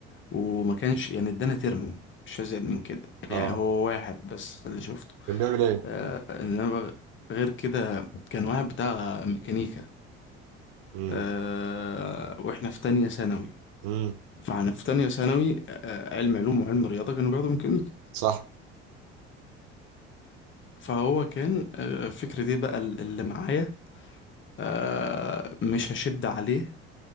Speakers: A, on the left (about 40°); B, on the right (about 65°).
A: وما كانش يعني ادانا ترم مش ازيد من كده
B: اه
A: يعني هو واحد بس اللي شفته
B: كان بيعمل ايه؟
A: آه، انما غير كده كان واحد بتاع ميكانيكا
B: امم
A: آه، واحنا في تانية ثانوي
B: امم
A: فاحنا في تانية ثانوي آه، علم علوم وعلم رياضة كانوا بياخدوا ميكانيكا
B: صح
A: فهو كان آه، فكرة ايه بقى ال- اللي معايا آه، مش هشد عليه